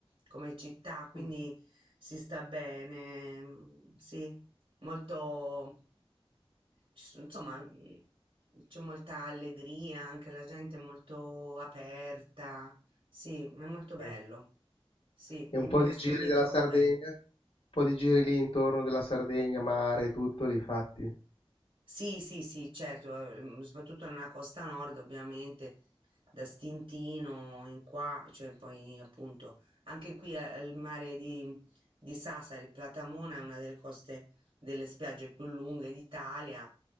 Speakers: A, on the right; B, on the left.
A: come città, quindi
B: Mm.
A: si sta bene, mm, sì, molto, ci sono- insomma, mm, c'è molta allegria, anche la gente è molto aperta, sì, ma è molto
B: Okay.
A: bello, sì,
B: E
A: mi,
B: un po'
A: mi
B: di
A: io sto-
B: giri
A: mi
B: della
A: trovo
B: Sardegna?
A: bene.
B: Un po' di giri lì intorno della Sardegna, mare, tutto li fatti?
A: Sì, sì, sì, certo, ehm, soprattutto nella costa nord, ovviamente, da Stintino in qua, cioè poi appunto anche qui eh, il mare di, di Sassari, Platamona è una delle coste delle spiagge più lunghe d'Italia